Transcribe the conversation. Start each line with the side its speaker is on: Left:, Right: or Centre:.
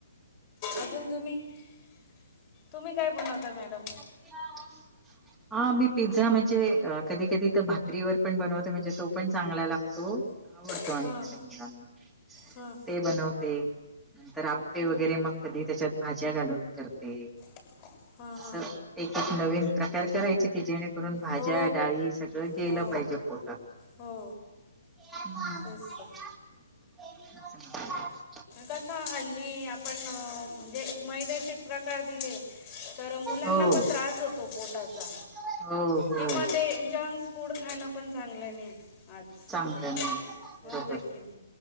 Left: अजून तुम्ही. <inaudible> तुम्ही काय बनवता मॅडम?
Centre: <inaudible> हा मी पिझ्झा म्हणजे, अ कधी, कधी तर भाकरीवर पण बनवते म्हणजे तो पण चांगला लागतो. आवडतो
Left: हां
Centre: आणि माझ्या मुलांना <inaudible>
Left: हां
Centre: ते बनवते. नंतर आपे वगैरे मग कधी, त्याच्यात भाज्या घालून करते.
Left: <unintelligible> हा हा.
Centre: तर एक नवीन प्रकार करायचं, की जेणेकरून भाज्या
Left: हो
Centre: डाळी सगळं गेलं
Left: हो
Centre: पाहिजे पोटात.
Left: हो.
Centre: <unintelligible>
Left: तेच तर कसं हल्ली आपण, म्हणजे मैद्याचे प्रकार दिले. तर मुलांना
Centre: हो.
Left: पण त्रास होतो पोटाचा.
Centre: हो हो
Left: किंवा ते जं- फूड खाणं पण चांगलं नाही. आज
Centre: चांगलं
Left: <inaudible>
Centre: नाही
Left: होय
Centre: बरोबर
Left: भेटतील